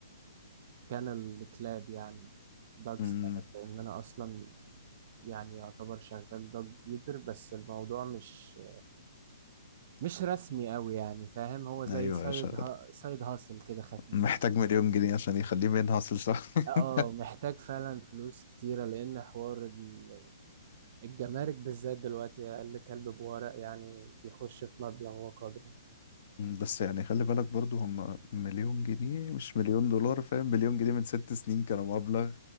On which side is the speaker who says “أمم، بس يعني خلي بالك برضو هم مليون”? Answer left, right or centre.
Left